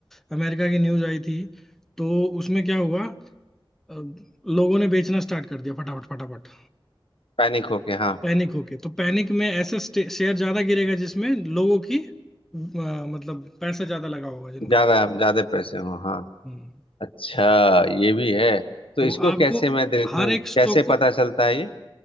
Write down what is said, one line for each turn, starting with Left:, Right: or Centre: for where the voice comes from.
Centre: अमेरिका की न्यूज आई थी तो उसमें क्या हुआ अ, लोगों ने बेचना स्टार्ट कर दिया फटाफट फटाफट
Left: पैनिक होके हाँ
Centre: पैनिक होके तो पैनिक में ऐसा स्टे- शेयर ज्यादा गिरेगा जिसमें लोगों की अ, मतलब पैसा ज्यादा लगा होगा जिनका
Left: ज्यादा ज्यादा पैसे हो हाँ
Centre: हम्म,
Left: अच्छा ये भी है तो
Centre: तो
Left: इसको
Centre: आपको
Left: कैसे मैं देखूं
Centre: हर एक स्टॉक
Left: कैसे
Centre: को
Left: पता चलता है ये